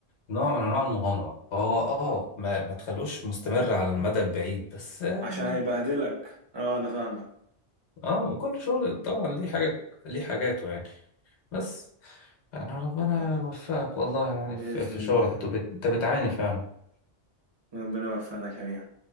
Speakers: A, on the left (about 85°); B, on the right (about 30°).
A: نوع من انواع المغامره هو اه ما, ما تخلوش مستمر على المدى البعيد بس يعني
B: عشان هيبهدلك اه انا فاهمك
A: اه وكل شغل طبعا ليه حاجه ليه حاجاته يعني بس يعني ربنا
B: اه
A: يوفقك والله يعني
B: بإذن
A: في, في شغلك
B: الله
A: انت بت- أنت بتعاني فعلا
B: ربنا يوفقنا جميعا